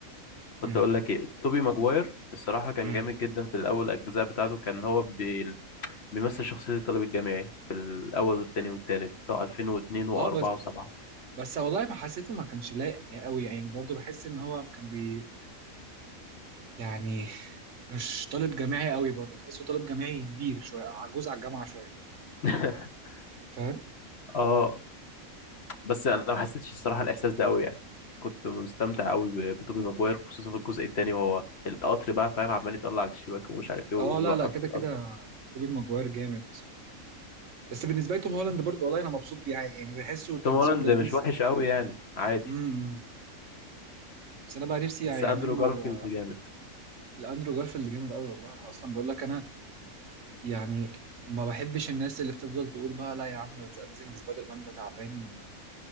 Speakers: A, on the left; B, on the right.
A: كنت
B: مم،
A: اقول لك ايه توبي ماجواير الصراحة كان
B: مم.
A: جامد جدا في الاول الاجزاء بتاعته كان هو بي... بيمثل شخصية الطالب الجامعي في الاول والتاني والتالت بتاع 2002 و4
B: آه، بس
A: و7
B: بس والله ما حسيته ما كانش لايق قوي يعني برضو بحس ان هو كان بي يعني مش طالب جامعي قوي برضو تحسه طالب جامعي كبير شويه عجوز على الجامعه شويه
A: <laughs>
B: فاهم
A: اه بس انا ما حسيتش الصراحه الاحساس ده قوي يعني كنت مستمتع قوي ب- بتوبي ماجواير خصوصا في الجزء الثاني وهو القطر بقى فاهم عمال يطلع على الشباك ومش عارف ايه
B: اه
A: ويوقف
B: لا لا كده
A: القطر
B: كده توبي ماجواير جامد بصراحه بس بالنسبه لي توم هولاند برضه والله انا مبسوط بيه عادي، يعني بحسه تمثيله
A: توم هولاند
B: لذيذ
A: مش وحش قوي يعني عادي
B: امم بس انا بقى نفسي
A: بس
B: يعملوا
A: اندرو جارفيلد
B: آه،
A: جامد
B: الاندرو جارفيلد جامد قوي والله انا اصلا بقول لك انا يعني ما بحبش الناس اللي بتفضل تقول بقى لا يا عم ذا اميزنج سبايدر مان ده تعبان